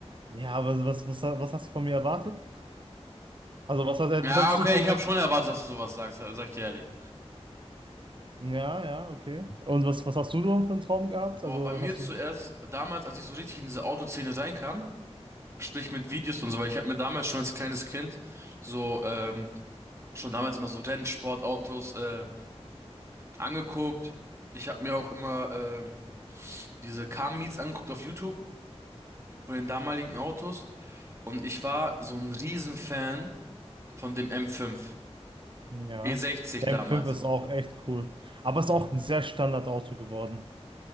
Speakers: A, on the right (about 50°); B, on the right (about 25°).
A: Ja, aber was, was, was hast du von mir erwartet? Also, was, hast-
B: Ja,
A: was hättest
B: okay,
A: du von
B: ich
A: meiner.
B: habe schon erwartet, dass du sowas sagst, halt, sag ich dir ehrlich.
A: Ja, ja, okay. Und was, was hast du denn für einen Traum gehabt?
B: Boah,
A: Also,
B: bei mir
A: was hast
B: zuerst,
A: du.
B: damals, als ich so richtig in diese Autoszene reinkam, sprich mit Videos und so, weil ich habe mir damals schon als kleines Kind so, ähm, schon damals immer so Rennsportautos, äh, angeguckt. Ich habe mir auch immer, ähm, diese Car-Meets angeguckt auf YouTube von den damaligen Autos und ich war so ein Riesenfan von dem M5.
A: Ja.
B: e sechzig
A: Der
B: damals.
A: m fünf ist auch echt cool. Aber ist auch ein sehr Standardauto geworden.